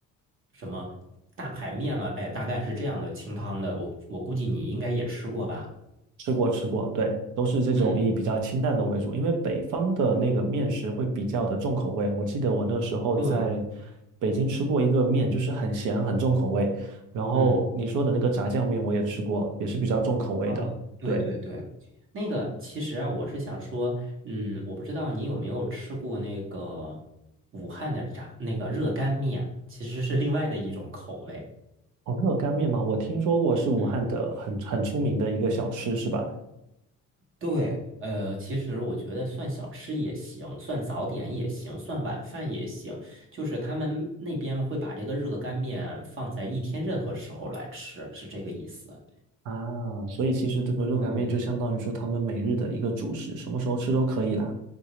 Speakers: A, on the right (about 40°); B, on the right (about 65°).
A: 什么大排面了，哎，大概是这样的清汤的。我我估计你应该也吃过吧？
B: 吃过吃过，对，都是这种以比较清淡的为主，
A: 嗯，
B: 因为北方的那个面食会比较的重口味。我记得我那时候在
A: 对，
B: 北京吃过一个面，就是很咸，很重口味。然后你说的那个炸酱面我也吃过，
A: 嗯
B: 也是比较重口味的。
A: 啊，对对对。
B: 对，
A: 那个其实啊，我是想说，嗯，我不知道你有没有吃过那个武汉的炸那个热干面，其实是另外的一种口味。
B: 哦，热干面嘛，我听说过是武汉的很很出名的一个小吃，
A: 嗯，
B: 是吧？
A: 对，呃，其实我觉得算小吃也行，算早点也行，算晚饭也行，就是他们那边会把这个热干面放在一天任何时候来吃，是这个意思。
B: 啊，所以其实这个热干面就相当于说他们每日的一个主食，
A: 对，
B: 什么时候吃都可以啦。